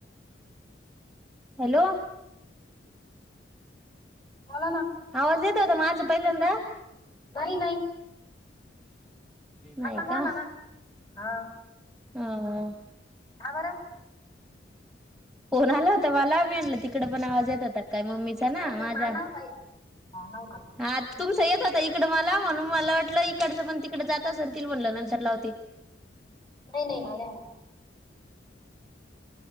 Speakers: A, in the centre; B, on the left.
A: हॅलो,
B: बोला ना.
A: आवाज येत होता, माझं पहिल्यांदा.
B: नाही नाही.
A: नाही
B: आता
A: का
B: आला ना, हा
A: ह
B: का बरं.
A: फोन आला होता मला मी, म्हणलं तिकडे पण आवाज येत होता काय मम्मीचा. ना
B: नाही नाही
A: माझ्या
B: मला नव्हता येत, <unintelligible>
A: हा तुमचं येत होता इकडं मला, म्हणून मला वाटलं इकडचं पण तिकड जात अस म्हणलं नंतर. लावती.
B: नाही नाही मला नाही आला.